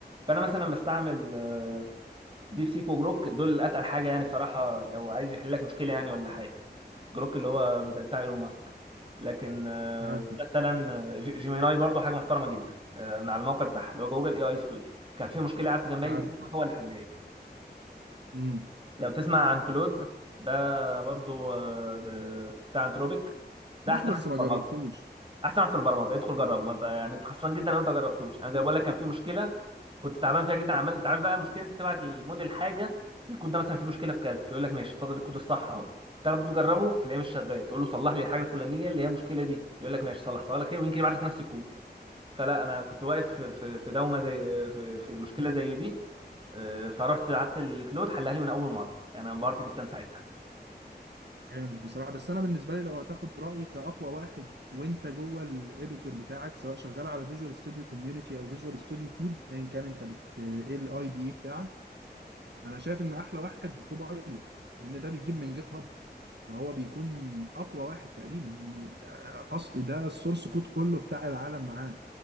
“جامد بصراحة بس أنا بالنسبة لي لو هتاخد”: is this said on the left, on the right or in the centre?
Right